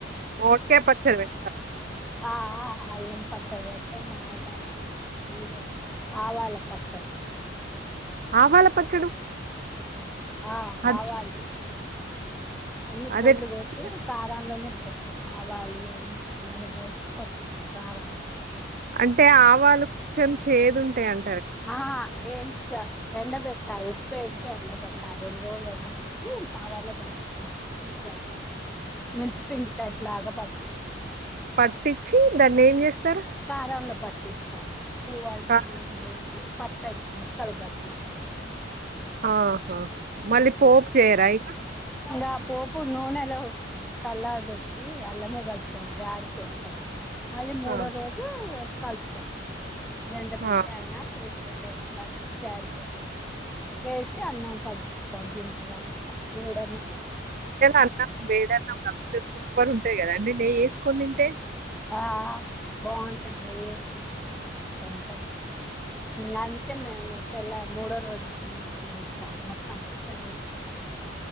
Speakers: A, on the right (about 50°); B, in the centre.
A: మామిడికాయ పచ్చడి పెడతారా
B: ఆ ఆ అల్లం పచడ్ వె మాగాయ్ అన్ని వెడతం ఆవాల పచ్చడ్ తింటం
A: ఆవాల పచ్
B: ఆ
A: అది
B: ఆవాలి అన్ని
A: అది
B: పళ్ళు
A: ఎట్లా
B: కొట్టి
A: చేస్తారు
B: కారంలోనే పోస్త ఆవాలు అన్ని అల్లానే బోసి కొటిది సు కారాలు
A: అంటే ఆవాలు కొంచెం చేదు ఉంటాయ్ అం
B: ఆ ఏం చ ఎండ పెట్టారు ఉప్పు వేసి ఎండ పెట్టారు రెండు రోజులు ఎండబెట్టి పారలో బట్టిప్పిండి ఇలాగా మెంతుపిండి టైప్లాగా బక్
A: పట్టించి దాన్ని ఏం చేస్తారు
B: కారంలో పట్టిస్తాం పూ వాల్ని
A: కా
B: అల్లానే బసి పచ్చడికి ముక్కలు బట్టిస్తారు
A: ఆహా మళ్ళీ పోపు చేరాయిక
B: ఇంకా పోపు నూనెలా చల్లార్ పెట్టి అల్లనే కలుపుతాం జాడికి వేస్తాం మళ్ళీ మూడో
A: ఆ!
B: రోజు కల్తో గంట పెట్టే
A: ఆ!
B: అన్న చైత తోటనా కలిపి జాడికేస్తాం గేసి అన్నం కలుపుకుంటాం గిన్నెల వేడ
A: అన్నం బేడన్నం కలిపితే సూపర్ ప్పుర్ ఉంటే కద అండి నెయ్యి వేసుకొని తింటే
B: ఆ బాగుంటుంది నెయ్యి వేసుకుని తింటే వంటి ఇంగాలు ఏం లేదు తెల్లారి మూడో రోజు గిన్నెకి వేస్తం మొత్తం మొత్తం